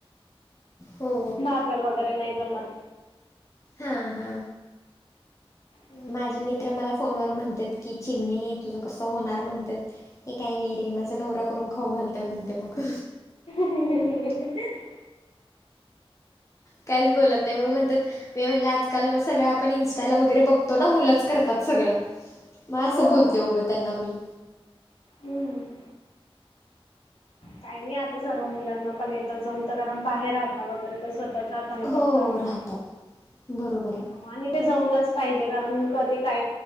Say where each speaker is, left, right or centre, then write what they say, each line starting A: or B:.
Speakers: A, on the left; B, on the left.
A: हो
B: भाकर वगैरे नाही जमत.
A: हा-हा
B: हम्म
A: माझे मित्र मला फोनवर म्हणतात की चिमणे तुझं कसं होणार म्हणतात. हे काय नाहीे रे, माझा नवरा करून खाऊ घालतोय म्हणते मग
B: ह
A: काहीच बोलत नाही मग म्हणतात मी म्हणलं आजकाल सगळं आपण इंस्टाला वगैरे बघतो ना मुलंच करतात सगळं. मग असं
B: हो
A: बोलते उघं त्यांना मी
B: हम्म काही नाही आता सर्व मुलांना पण येतं जमत कारण बाहेर राहता वगैरे तर स्वतः त्याचा हातने
A: हो
B: पण करता.
A: राहतात बरोबर आहे.
B: हो आणि ते जमलंच पाहिजे कारण कधी काय